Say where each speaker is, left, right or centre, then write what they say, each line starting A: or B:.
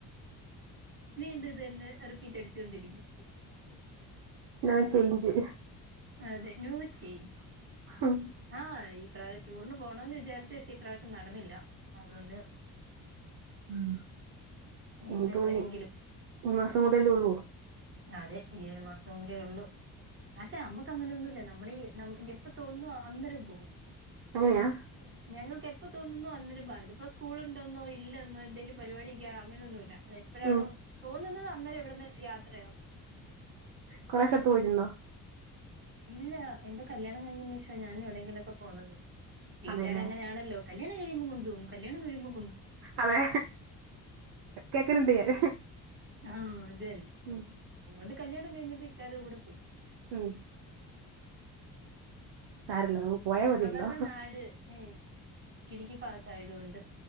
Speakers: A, on the right (about 30°); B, on the right (about 70°).
A: വീണ്ടും ഇത് തന്നെ അറി പിറ്റടിച്ചുണ്ടിരിക്കും
B: നോ ചെയ്ഞ്ചു
A: അതെ ന്യൂ ചേഞ്ച്
B: ഹം
A: ആഹ് ഈ പ്രാവശ്യം ടൂറിന് പോണന്ന് വിചാരിച്ച പക്ഷേ ഈ പ്രാവശ്യം നടന്നില്ല അതുകൊണ്ട്
B: ഉ
A: ഇനിയിപ്പ
B: ഇനിയിപ്പോ
A: എപ്പോഴെങ്കിലും
B: ഈ മാസം കൂടെല്ലേ ഉള്ളു
A: അതെ ഈ ഒരു മാസം കൂടെ ഉള്ളു അല്ലെ നമ്മക്ക് അങ്ങനെ ഒന്നുമില നമ്മളീ എപ്പൊ തോന്നു അന്നരം പോകും
B: അങ്ങനെയാ
A: ഞങ്ങൾക്ക് എപ്പോ തോന്നുന്നു അന്നരംമ്പാ ഇതി ഇപ്പോ സ്കൂളുണ്ടെന്നോ ഇല്ല എന്നോ എന്തെേലും പരിപാടിക്ക അങ്ങനെയൊന്നുമ ഇല്ല നമ്മ എപ്പോഴാണോ
B: ഉം
A: തോന്നുന്നത് അന്നേരം എവിടുന്ന് യാത്രയാവും
B: കൊറശത്ത് പോയിട്ടുന്നോ
A: ഇല്ല എന്റെ കല്യാണം കഴിഞ്ഞതിന് ശേഷം ഞാനും എവിടെങ്കിലൊക്കെ പോണത് വീട്ടുകാരഅങ്ങനെയാണല്ലോ
B: അതെല്ലേ
A: കല്യാണം കഴിയുമ്പൾ കൊണ്ടും കല്യാ കഴിയ്പം കൊണ്ടും
B: അതെ കേക്കലിണ്ട് ഞാൻ
A: ആഹ് അത് തന്നെ
B: ഉം
A: അതുകൊണ്ട് കല്യാണം കഴിഞ്ഞപ്പോ ഇക്കാടെ കൂടെ പോയി
B: ഉം സാരല്ല നമുക്ക് പോയാ മതിയല്ലോ
A: അവരുടെ നാട് ഏഹ് ഇടുക്കി ഭാഗത്ത് ആയതൊണ്ട്